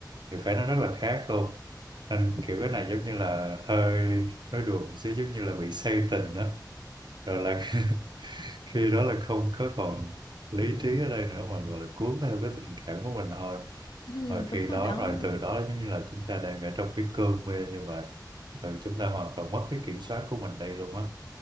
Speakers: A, on the right; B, on the left.
A: nhiều cái nó rất là khác luôn nên kiểu cái này giống như là hơi hơi đùa một xíu giống như là bị say tình đó rồi là <laughs> khi đó là không có còn lý trí ở đây nữa mà gọi là cuốn theo cái tình cảm của mình thôi
B: ừ,
A: rồi khi
B: đúng rồi
A: đó
B: đó.
A: rồi từ đó giống như là chúng ta đang ở trong cái cơn mê như vậy rồi chúng ta hoàn toàn mất cái kiểm soát của mình đây luôn á